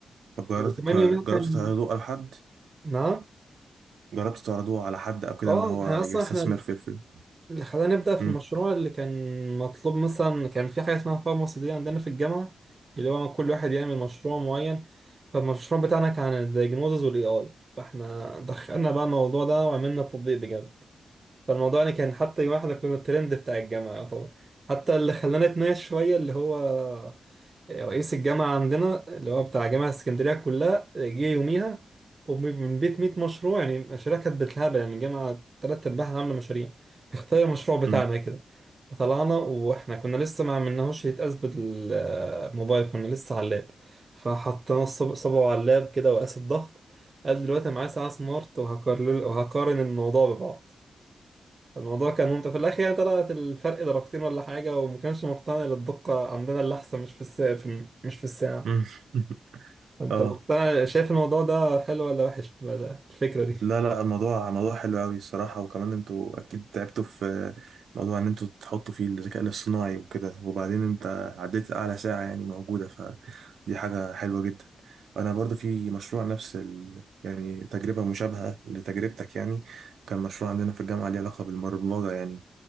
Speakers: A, on the right (about 80°); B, on the right (about 40°).
A: طب جربت
B: وكمان
A: ك-
B: يوميها
A: جربت
B: كان
A: تعرضوه على حد
B: نعم
A: جربت تعرضوه على حد او كده
B: اه
A: ان هو
B: احنا اصلا
A: يستثمر
B: احنا
A: في الفيلم
B: اللي خلاني أبدأ في
A: مم.
B: المشروع اللي كان مطلوب مثلا كان في حاجة اسمها فارماسي دي عندنا في الجامعة اللي هو كل واحد يعمل مشروع معين فالمشروع بتاعنا كان عن الدياجنوزز والاي اي فاحنا دخلنا بقى الموضوع ده وعملنا تطبيق بجد فالموضوع يعني كان حتى يوم احنا كنا الترند بتاع الجامعة يعتبر حتى اللي خلانا نتناقش شوية اللي هو رئيس الجامعة عندنا اللي هو بتاع جامعة اسكندرية كلها جه يوميها ومن بيت 100 مشروع يعني مشاريع كانت بالهبل يعني الجامعة تلات أرباعها عاملة مشاريع اختار المشروع بتاعنا
A: مم.
B: كده فطلعنا وإحنا كنا لسه ما عملناهوش يتقاس بالموبايل كنا لسه على اللاب فحطينا الصب- صبعه على اللاب كده وقاس الضغط قال دلوقتي أنا معايا ساعة سمارت وهقارن وهقارن الموضوع ببعض الموضوع كان ممتع في الاخر يعني طلعت الفرق درجتين ولا حاجه وما كانش مقتنع إن الدقه عندنا اللي احسن مش في الساعه في مش في الساعه
A: مم. <laughs>
B: انت
A: اه
B: مقتنع شايف الموضوع ده حلو ولا وحش بقى الفكره دي
A: لا لا الموضوع موضوع حلو قوي الصراحة وكمان انتوا اكيد تعبتوا في موضوع ان انتوا تحطوا فيه الذكاء الاصطناعي وكده وبعدين انت عديت اعلى ساعة يعني موجودة فدي حاجة حلوة جدا انا برضو في مشروع نفس ال... يعني تجربة مشابهة لتجربتك يعني كان مشروع عندنا في الجامعة ليه علاقة بالبرمجة يعني